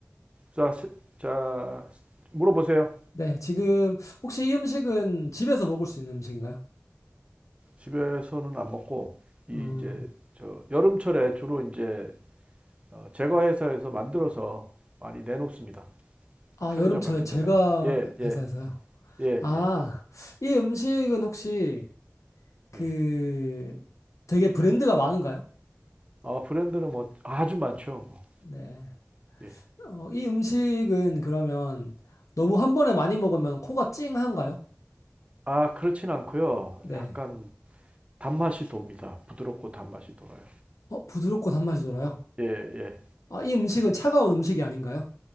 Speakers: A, on the right (about 25°); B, on the left (about 75°).
A: 자, 세- 자 물어보세요.
B: 네. 지금 혹시 이 음식은 집에서 먹을 수 있는 음식인가요?
A: 집에서는 안 먹고 이
B: 음,
A: 이제 저 여름철에 주로 이제 어, 제과 회사에서 만들어서 많이 내놓습니다.
B: 아,
A: 그 편의점
B: 여름철에
A: 같은
B: 제가
A: 데다가. 예, 예.
B: 회사에서요.
A: 예, 예.
B: 아, 이 음식은 혹시 그
A: 예.
B: 되게 브랜드가 많은가요?
A: 아, 브랜드는 뭐 아주 많죠. 뭐.
B: 네.
A: 예.
B: 어, 이 음식은 그러면 너무 한 번에 많이 먹으면 코가 찡한가요?
A: 아, 그렇진 않고요.
B: 네.
A: 약간 단맛이 돕니다. 부드럽고 단맛이 돌아요.
B: 어, 부드럽고 단맛이 돌아요.
A: 예, 예.
B: 아, 이 음식은 차가운 음식이 아닌가요?